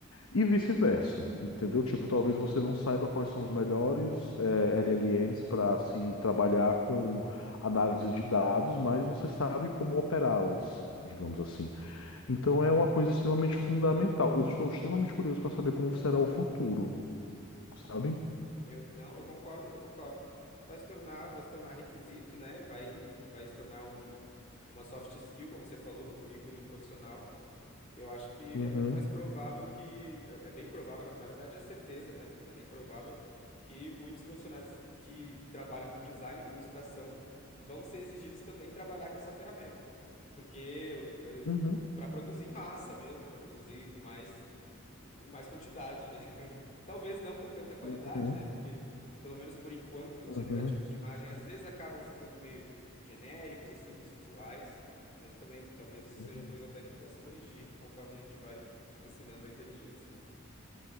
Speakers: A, on the left (about 90°); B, on the left (about 35°).
A: E vice-versa, entendeu? Tipo, talvez você não saiba quais são os melhores eh, LLMs para se trabalhar com análise de dados, mas você sabe como operá-las, digamos assim. Então é uma coisa extremamente fundamental. Eu estou extremamente curioso para saber como será o futuro, sabe?
B: Eu, não, eu concordo, eu concordo. Vai se tornar, vai se tornar requisito, né? Vai, vai se tornar um, uma soft skill, como você falou, no currículo de um profissional. Eu acho que
A: Uhum,
B: é muito mais provável que. É, é bem provável, na, na verdade é certeza, né? Não é nem provável que muitos profissionais que trabalham com design, com ilustração, vão ser exigidos também trabalhar com essa ferramenta. Porque eles.
A: uhum,
B: Para produzir em massa mesmo, para produzir com mais com mais quantidade, né? <laughs> Talvez não com tanta qualidade,
A: uhum,
B: né? Porque, pelo menos por enquanto, os
A: uhum,
B: generativos de imagem às vezes acabam ficando meio genéricos, assim, nos visuais. Mas eu também, talvez
A: uhum.
B: isso seja coisa até que vai se corrigir conforme a gente vai ensinando a inteligência, né?